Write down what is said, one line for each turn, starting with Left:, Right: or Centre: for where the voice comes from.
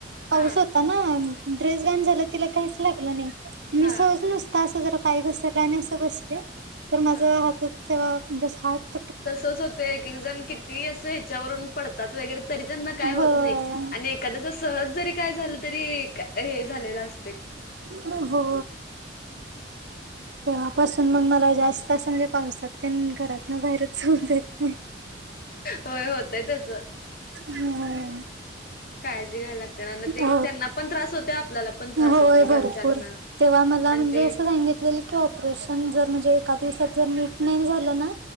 Right: पाऊस
Left: हा
Right: होता ना ड्रेस घाण झाला तिला काहीच लागलं नाही मी
Left: हा
Right: सहज नुसता असं जरा पाय घसरला आणि असं बसले तर माझं
Left: हा
Right: हातात ते म्हणजे हाड
Left: तसच होतंय एक एक जण किती असं हे च्यावरून पडतात वगैरे तरी त्यांना काय
Right: होय
Left: होत नाही आणि एक - एखाद्याच सहज जरी काय झालं तरी हे झालेलं अस
Right: हो हो तेव्हापासून मग
Left: तसंच
Right: मला जास्त असं म्हणजे पावसात तेन घरातन बाहेरच जाऊन देत नाही
Left: होय होतय तसं.
Right: हम्
Left: काळजी घ्यायला ना मग ते
Right: का
Left: त्यांना पण त्रास होतोय आपल्याला पण त्रास
Right: हो होय
Left: होतोय घरच्यांना
Right: भरपूर तेव्हा मला
Left: आणि
Right: म्हणजे
Left: ते
Right: असं सांगितलेल की ऑपरेशन जर म्हणजे एका दिवसात जर नीट नाही झालं ना